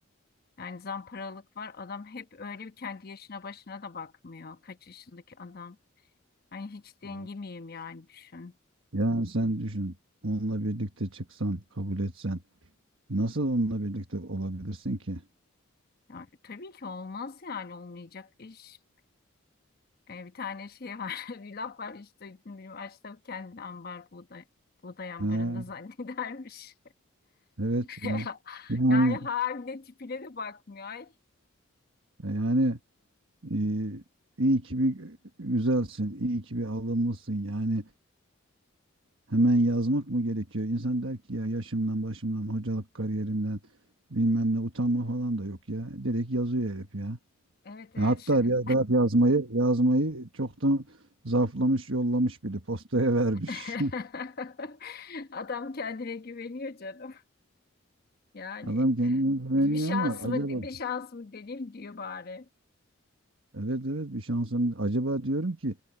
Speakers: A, on the left (about 45°); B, on the right (about 70°).
A: Yani zamparalık var. Adam hep öyle bir kendi yaşına başına da bakmıyor. Kaç yaşındaki adam. Ay hiç dengi
B: Ya.
A: miyim yani düşün.
B: Yani sen düşün onunla birlikte çıksan kabul etsen nasıl onunla birlikte olabilirsin ki?
A: Yani, tabii ki olmaz yani olmayacak iş. Ee, bir tane şey var <laughs> bir laf var işte, duydun mu? Açta kendi ambar buğday, buğday ambarında
B: He,
A: zannedermiş.
B: evet
A: <laughs>
B: ya. Yani
A: Yani haline tipine de bakmıyor. Ay.
B: yani e, iyi ki bir güzelsin, iyi ki bir alımlısın yani Hemen yazmak mı gerekiyor? İnsan der ki ya yaşımdan, başımdan, hocalık kariyerimden bilmem ne utanma falan da yok ya. Direkt yazıyor herif ya.
A: Evet evet.
B: Ya hatta
A: şey-
B: biraz bırak yazmayı, yazmayı çoktan zarflamış, yollamış bile postaya vermiş.
A: <laughs>
B: <laughs>
A: Adam kendine güveniyor canım. Yani
B: Adam kendine güveniyor
A: bir şansımı
B: ama acaba
A: bir şansımı deneyim diyor bari.
B: evet evet bir şansın acaba diyorum ki